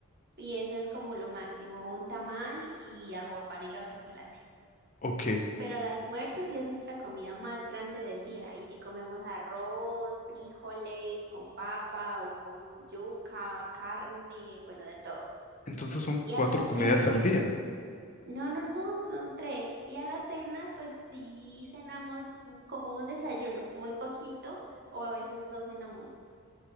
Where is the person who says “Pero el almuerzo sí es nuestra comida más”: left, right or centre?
Right